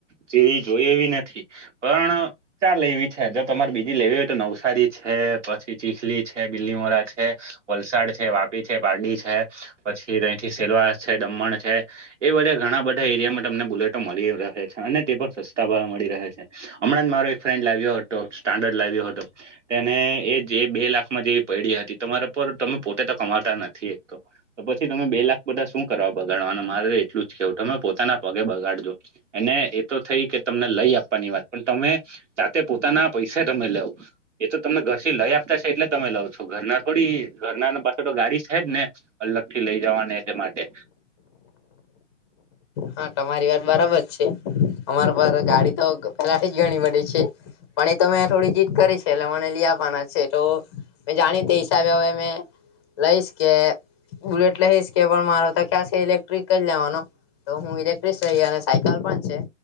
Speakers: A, on the right; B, on the left.
A: તેવી જોઈ એવી નથી પણ ચા લેવી છે જો તમારે બીજી લેવી હોય તો નવસારી છે પછી ચીખલી છે બીલી મોડા છે વલસાડ છે વાપી છે બારડી છે પછી તંથી સેલવા છે દમણ છે એ બધા ઘણા બધા એરિયામાં તમને બુલેટો મળી રહે છે અને તે પણ સસ્તા ભાવ મળી રહે છે હમણાં જ મારો એક ફ્રેન્ડ લાવ્યો હતો સ્ટાન્ડર્ડ લાવ્યો હતો તેને એ જે બે લાખમાં જેવી પડી હતી તમારા પર તમે પોતે તો કમાતા નથી એક તો તો પછી તમે બે લાખ બધા શું કરવા બગાડવાના મારે એટલું જ કેવું તમે પોતાના પગે બગાડજો એને એતો થઈ કે તમને લઈ આપ ની વાત પણ તમે જાતે પોતાના પૈસા તમે લાવ એ તો તમને ઘર થી લઈ આપતા છે એટલે તમે લાવ છો ઘરના થોડી ઘરના પાછ તો ગાડી છે જ ને અલગ થી લઈ જવાને તે માટે
B: હા તમારી વાત બરાબર છે અમારા પર ગાડી તો પેલા થી જ ઘણી બે છે પણ એ તો મેમે થોડી જીત કરી છે એટલે મને લઈ આપવાના છે તો મેં જાણી તે હિસાબે હવે મેં લઈશ કે બુલેટ લ હશ કેબર મારો તો ક્યાં છે ઇલેક્ટ્રિક ક લેવાનો તો હું ઇલેક્ટ્રસ રહી અને સાયકલ પણ છે